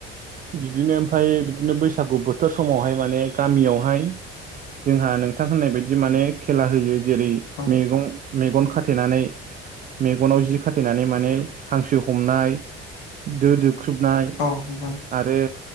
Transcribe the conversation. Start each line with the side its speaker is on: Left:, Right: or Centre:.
Right: बिदिनो ओमफ्राय बिदिनो बैसागु बोथोर समावहाय माने गामियावहाय जोंहा नोंथां होननाय बायदि माने खेला होयो। जेरै
Left: ओं
Right: मैगं मेगन खाथेनानै मेगनाव जि खाथेनानै माने हांसो हमनाय दो दो- बुख्रुबनाय
Left: औ नंगौ
Right: आरो